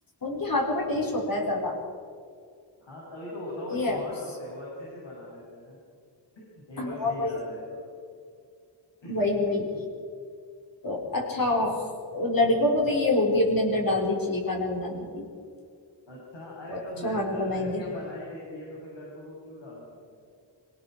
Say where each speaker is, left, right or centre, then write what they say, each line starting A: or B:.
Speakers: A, on the left; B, on the left.
A: उनके हाथों में टेस्ट होता है ज्यादा
B: हाँ तभी तो बोल रहा हूँ वो
A: ये
B: स्मार्ट
A: है बस
B: होते हैं वो अच्छे से बना लेते हैं एक
A: हाँ
B: बार सीख
A: वही
B: जाते हैं तो
A: वही वही तो अच्छा लड़कों को तो ये हॉबी अपने अंदर डालनी चाहिए खाना बनाने की
B: <laughs> अच्छा अरे
A: बहुत
B: तब
A: अच्छा
B: लड़,
A: खाना
B: जब
A: बनाएंगे
B: लड़कियां बना ही देती है तो फिर लड़कों को क्यों डालनी चाहिए